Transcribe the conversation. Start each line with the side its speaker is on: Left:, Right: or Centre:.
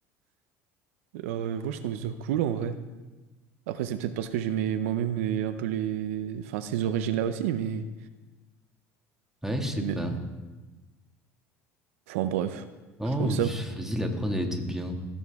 Right: Alors, euh, moi, je trouvais ça cool en vrai. Après, c'est peut-être parce que j'aimais moi-même les- un peu les. Enfin, ces origines-là aussi, mais.
Centre: Ouais, je sais
Right: et même-
Centre: pas.
Right: Enfin, bref,
Centre: Oh,
Right: je trouvais ça.
Centre: pff, vas-y, la prod, elle était bien.